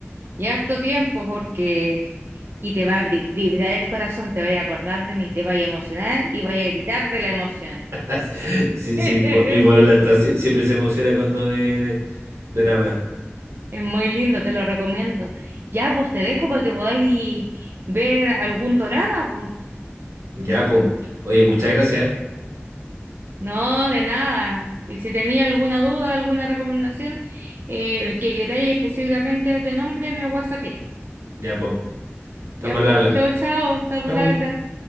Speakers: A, on the right; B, on the right.
A: Y harto tiempo porque... Y te va a vibrar el corazón, te va a acordar de mí, te va a emocionar y vaya a gritar de la emoción.
B: <laughs> Sí,
A: <laughs> Es
B: sí, mi, po- mi polola está, sí, siempre se emociona cuando ve de- dorama.
A: muy lindo, te lo recomiendo. Ya, vos te dejo para que podáis ver algún dorama, po.
B: Ya, pues. Oye, muchas gracias, ¿eh?
A: No, de nada. Y si tenía alguna duda, alguna recomendación eh, que queráis específicamente de nombre, me whatsappiéis.
B: Ya, pues. Estamos
A: Ya,
B: al
A: pues,
B: habla.
A: chao, chao, estamos
B: Chau.
A: al habla.